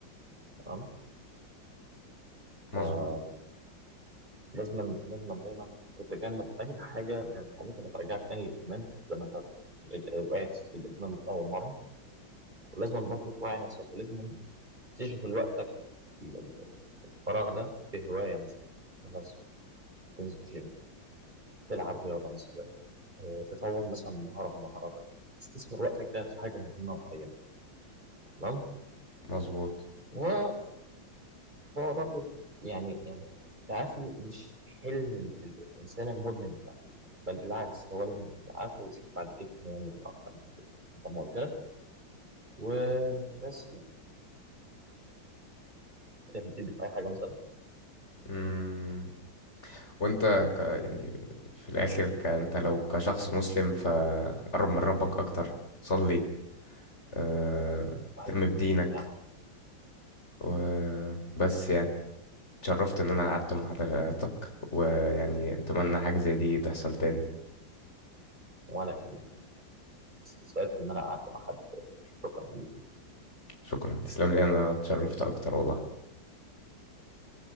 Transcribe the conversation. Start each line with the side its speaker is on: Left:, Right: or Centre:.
Right: تمام
Left: مظبوط
Right: فلازم لازم دايما تتجنب أي حاجة من الحاجات اللي هترجعك تاني للإدمان زي ما أنت رج- وقعت في الإدمان من أول مرة ولازم برضه توعي نفسك ولازم تشغل وقتك ال- ال- الفراغ ده في هواية مثلا مثلا تنزل جيم تلعب رياضة مثلا آه، تطور مثلا مهارة من مهاراتك تستثمر وقتك ده في حاجة مهمة وقيمة تمام
Left: مظبوط
Right: وهو برضو يعني يعني التعافي مش حلم ال- ال- الإنسان المدمن الوحيد بل بالعكس هو لازم يعني يتعافى ويشوف بعد كده هو يعمل إيه أكتر من كده زي ما قلت لك وبس يعني كانت بتدي في أي حاجة مثلا
Left: امم وانت ك يعني في الاخر ك... انت لو كشخص مسلم فقرب من ربك اكتر صلي آه،
Right: صحيح
Left: اهتم بدينك
Right: يعني
Left: وبس يعني اتشرفت ان انا قعدت مع حضرتك ويعني اتمنى حاجة زي دي تحصل تاني
Right: وأنا كمان سألت إن أنا قعدت مع حد زي شكرا ليك
Left: شكرا تسلم لي انا اتشرفت اكتر والله